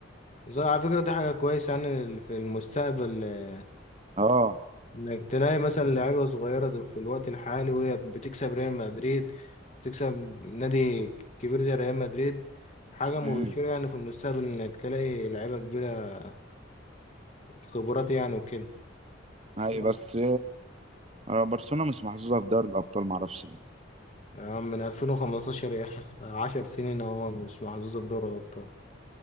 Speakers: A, on the left; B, on the right.
A: زي- على فكرة دي حاجة كويسة يعني في المستقبل آه،
B: اه
A: انك تلاقي مثلا لعيبه صغيره دو- في الوقت الحالي وهي بتكسب ريال مدريد بتكسب نادي كبير زي ريال مدريد حاجه مبشره
B: امم
A: يعني في المستقبل انك تلاقي لعيبه كبيره خبرات يعني وكده
B: هاي
A: يلا.
B: بس آه، برشلونة مش محظوظة في دوري الأبطال معرفش ليه
A: يا عم من 2015 يعني <laughs> 10 سنين اهو مش محظوظه بدوري الابطال